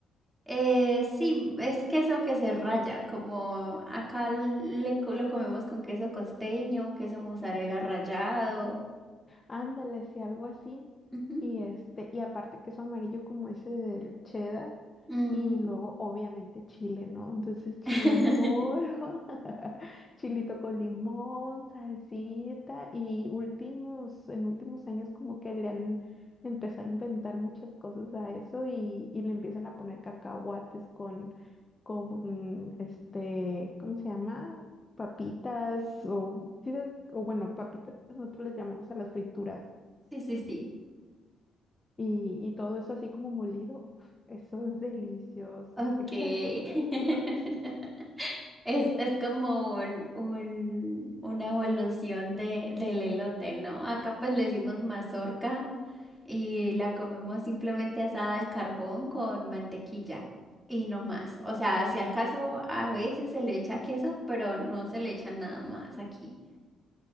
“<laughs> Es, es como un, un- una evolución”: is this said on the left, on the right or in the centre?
Centre